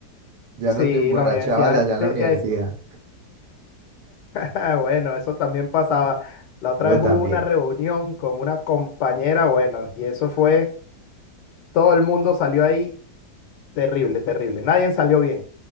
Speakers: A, on the right; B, on the left.
A: Ya
B: sí,
A: no te emborrachabas
B: la universidad,
A: allá en
B: de-
A: la universidad.
B: eh, <laughs> bueno, eso también pasaba. La otra
A: Yo
B: vez
A: también.
B: hubo una reunión con una compañera, bueno, y eso fue todo el mundo salió ahí Terrible, terrible. Nadie salió bien.